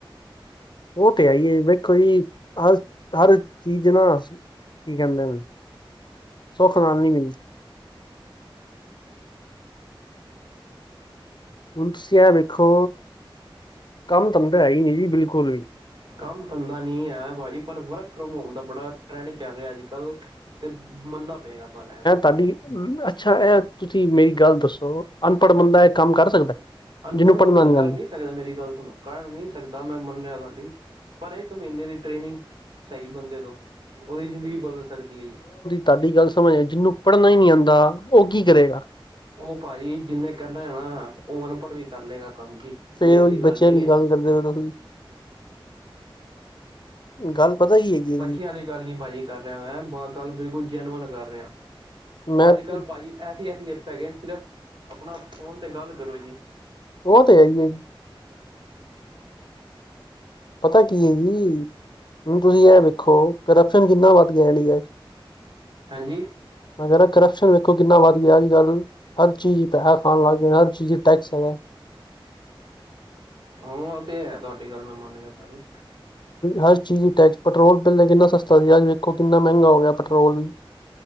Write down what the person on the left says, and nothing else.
ਉਹ ਤੇ ਆਈਏ, ਵੇਖੋ ਜੀ ਹਰ, ਹਰ ਚੀਜ਼ ਨਾ ਕੀ ਕਹਿੰਦੇ ਨੇ ਸੌ ਖਨਾਨੀ ਮਿਲਦੀ <unintelligible> ਹੁਣ ਤੁਸੀਂ ਆ ਵੇਖੋ ਕੰਮ ਧੰਦਾ ਹੈ ਹੀ ਨਹੀਂ ਜੀ ਬਿਲਕੁਲ ਵੀ
ਸਾਡੀ, ਅੱਛਾ ਇਹ ਤੁਸੀਂ ਮੇਰੀ ਗੱਲ ਦੱਸੋ, ਅਨਪੜ੍ਹ ਬੰਦਾ ਇਹ ਕੰਮ ਕਰ ਸਕਦਾ
ਜਿਹਨੂੰ ਪੜ੍ਹਨਾ
ਆਉਂਦਾ
ਤਾ ਦੀ ਗੱਲ ਸਮਝ ਜਿਹਨੂੰ ਪੜ੍ਹਨਾ ਹੀ ਨਹੀਂ ਆਉਂਦਾ ਉਹ ਕੀ ਕਰੇਗਾ
ਫਿਰ
ਉਹੀ ਬੱਚਿਆਂ
ਲਈ
ਗੱਲ ਕਰਦੇ ਹੋ ਤੁਸੀ ਵੀ ਗੱਲ ਪਤਾ ਹੀ ਹੈਗੀ
ਮੈਂ
ਤਾਂ
ਉਹ ਤੇ ਹੈਈ ਹੈ ਜੀ ਪਤਾ ਕੀ ਹੈ ਜੀ ਹੁਣ ਤੁਸੀਂ ਇਹ ਵੇਖੋ ਕਰਪਸ਼ਨ ਕਿੰਨਾ ਵੱਧ ਗਿਆ ਡੀ ਅੱ
ਮੈਂ ਕਿਹਾ ਕਰਪਸ਼ਨ ਵੇਖੋ ਕਿੰਨਾ ਵੱਧ ਗਿਆ ਅੱਜ ਕੱਲ ਹਰ ਚੀਜ਼ ਪੈਸਾ ਖਾਣ ਲੱਗ ਗਏ ਹਰ ਚੀਜ਼ ਟੈਕਸ ਹੈਗਾ
ਹਰ ਚੀਜ਼ ਦੀ ਟੈਕਸ ਪੈਟਰੋਲ ਬਿੱਲ ਕਿੰਨਾ ਸਸਤਾ ਸੀ ਅੱਜ ਵੇਖੋ ਕਿੰਨਾ ਮਹਿੰਗਾ ਹੋ ਗਿਆ ਪੈਟਰੋਲ ਵੀ